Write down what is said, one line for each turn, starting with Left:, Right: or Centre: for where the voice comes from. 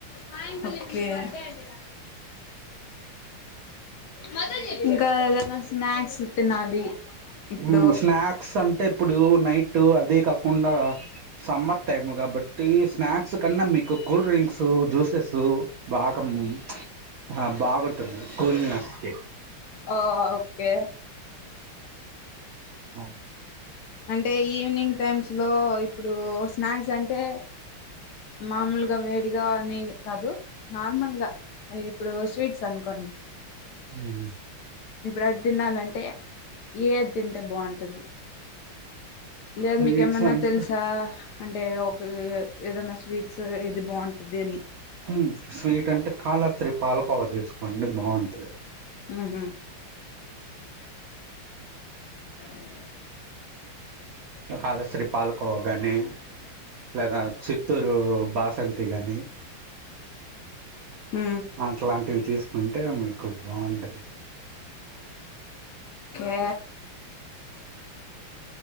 Left: బడే అంటే బడే <unintelligible> ఇంకా ఎదన్న స్నాక్స్ తినాలి ఇప్పుడు
Right: ఉ స్నాక్స్ అం అంటే ఇప్పుడు నైట్ అది కాకుండా సమ్మర్ టైమ్ కాబట్టి స్నాక్స్ కన్నా మీకు కూల్ డ్రింక్సూ జ్యూసెసు బాగామ్ ఆ బాగుంటుంది కూల్నెస్కి
Left: ఆ ఓకే
Right: అవు <unintelligible>
Left: అంటే ఈవినింగ్ టైమ్స్ లో ఇప్పుడు స్నాక్స్ అంటే మామూలుగా వేడిగా అని కాదు నార్మల్గా ఇప్పుడు స్వీట్స్ అనుకోండి
Right: ఉ
Left: ఇప్పుడు అది తినాలంటే ఏది తింటే బాగుంటది లేదు
Right: స్వీట్స్
Left: మీకు ఎమన్నా
Right: అంటే
Left: తెల్సా అంటే ఒక ఏదనా స్వీట్స్ ఇది బాగుంటది అని
Right: ఉ స్వీట్ అంటే కాలహస్త్రి పాలకోవా తీసుకోండి బాగుంటది
Left: ఉహు <unintelligible>
Right: కాళశ్రీ పాల్కోవా గాని లేదా చిత్తూరు బాసంతి కానీ
Left: ఉ
Right: అట్లాంటివి తీసు అంటే మీకు బాగుంటది
Left: కే
Right: <inaudible>